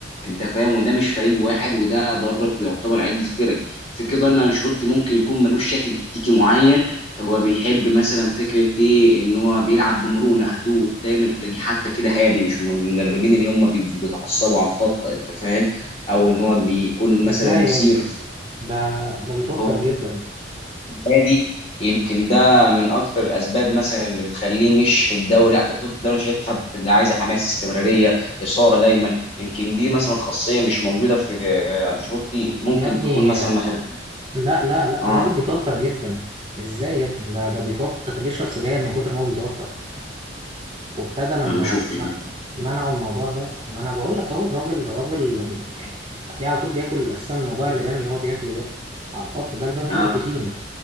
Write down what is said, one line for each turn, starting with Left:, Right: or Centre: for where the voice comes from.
Left: انت فاهم وده مش فريق واحد وده درب يعتبر عده فرق فكره ان انشيلوتي ممكن يكون ملوش شكل تكتيكي معين هو بيحب مثلا فكره ايه ان هو بيلعب بمرونه هدوء دايما تلاقيه حتى كده هادي مش من المدربين اللي هم بيبقوا بيتعصبوا على الخط انت فاهم او ان هو بيكون
Right: ده
Left: مثلا
Right: يا
Left: مثير
Right: ابني ده ده بيتوتر
Left: هو
Right: جدا
Left: هادي يمكن ده من اكتر الاسباب مثلا اللي بتخليه مش في الدوري لا بطوله الدوري شايفها بتبقى عايزه حماس استمراريه اثاره دايما يمكن دي مثلا خاصيه مش موجوده في آه، انشيلوتي ممكن
Right: يا ابني
Left: تكون مثلا ما خدت
Right: لا لا لا
Left: اه
Right: الراجل بيتوتر جدا ازاي يا ابني ده ده بيتوتر كان بيشرب سجاير من كتر ما هو بيتوتر وابتدى لما
Left: انا ما شفتش
Right: م-
Left: ده
Right: منعوا الموضوع ده ما انا بقول لك اهو الراجل الراجل يعني هتلاقيه على طول بياكل اساسا موضوع اللبان اللي هو بياكله ده على الخط ده لبان فيه
Left: آه.
Right: نيكوتين